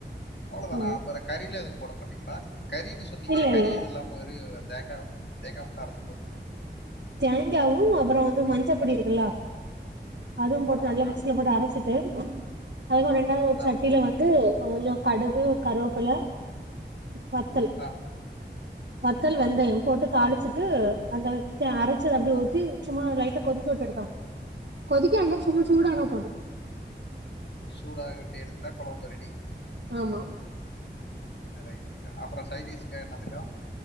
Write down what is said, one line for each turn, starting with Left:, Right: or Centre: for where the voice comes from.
Left: அவ்ளோதானா
Right: ஆமா
Left: அப்பற கறிலா எதுவு போட மாட்டீங்களா கறின்னு சொன்னீங்க
Right: இல்ல இல்ல
Left: கறி இது இல்லாம வெறு தேங்கா தேங்கா மட்டு அரைச்சு போட்றீங்க
Right: தேங்காவு அப்புறோ வந்து மஞ்சப்பொடி இருக்குல்லா அதுவு போட்டு
Left: ஆமாக்கா
Right: நல்லா மிக்சில போட்டு அரச்சிட்டு அதுவு ரெண்டாவது ஒரு
Left: ஆ
Right: சட்டில வந்து கொஞ்சோ கடுகு கருவேப்புல வத்தல்
Left: ஆ
Right: வத் த்தல் வெந்தயொ போட்டு
Left: வத்தல்
Right: தாளிச்சுட்டு அதா தே அரச்சது அப்டியே
Left: ஆ
Right: ஊத்தி சும்மா லைட் டா கொதிக்க விட்டு எடுத்தோ கொதிக்க விட்னா சூ சூடானா போது
Left: சூடாக விட்டு எடுத்தா கொழம்பு ரெடி
Right: ஆமா
Left: ரைட்டுக்கா அப்பறோ சைடிஷ்கா என்னதுக்கா